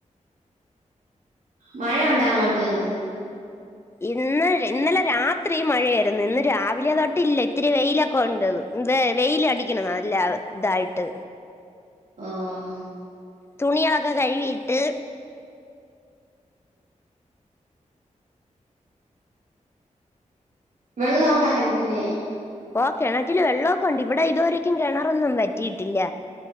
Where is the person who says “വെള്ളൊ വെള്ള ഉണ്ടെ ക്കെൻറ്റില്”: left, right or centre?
Right